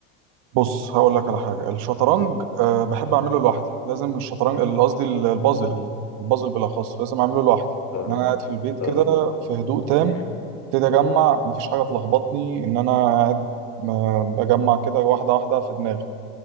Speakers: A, on the right (about 55°); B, on the left (about 35°).
A: بص هقول لك على حاجة الشطرنج أه بحب أعمله لوحدي لازم الشطرنج ال- قصدي ال- البازل البازل بالأخص لازم أعمله لوحدي
B: اه
A: إن أنا قاعد في البيت كده
B: اه ف-
A: في هدوء تام
B: م-
A: ابتدي اجمع
B: م-
A: مفيش حاجه تلخبطني ان انا قاعد آه، بجمع كده واحده واحده في دماغي